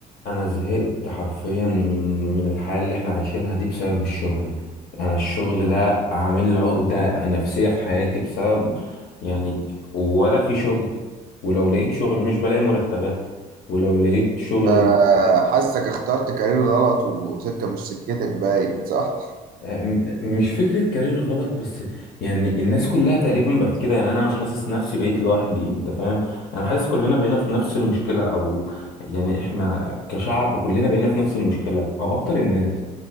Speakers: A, on the left; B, on the right.
A: انا زهقت حرفيا من من الحياه اللي احنا عايشينها دي بسبب الشغل انا الشغل ده عامل لي عقده نفسيه في حياتي بسبب يعني ولا في شغل ولو لقيت شغل مش بلاقي مرتبات ولو لقيت شغل
B: آه،
A: ومرتبات
B: حاسك اخترت كارير غلط وسكة مش سكتك باين صح
A: أم- مش فكره كارير غلط بس يعني الناس كلها تقريبا بقت كده يعني انا مش حاسس نفسي بقيت لوحدي انت فاهم انا حاسس كلنا بقينا في نفس المشكله او يعني احنا كشعب كلنا بقينا في نفس المشكله او اكتر الناس